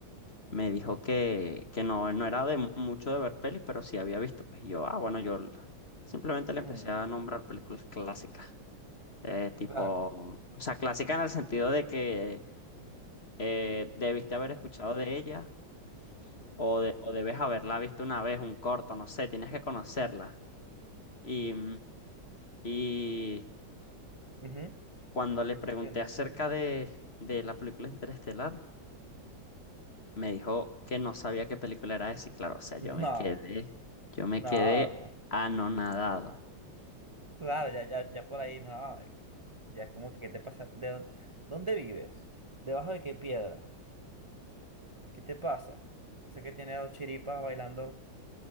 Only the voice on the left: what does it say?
me dijo que, que no, no era de mu- mucho de ver pelis, pero sí había visto. Pues y yo, ah, bueno, yo l- simplemente le empecé
a nombrar películas clásicas. eh, tipo,
o sea, clásica en el sentido de que eh, debiste haber escuchado de ella o, de- o debes haberla visto una vez, un corto, no sé, tienes que conocerla. Y, mm, y
cuando le pregunté
acerca
de, de la película Interestelar, me dijo que no sabía qué película era esa. Y claro, o sea, yo me
quedé, yo me
quedé
anonadado.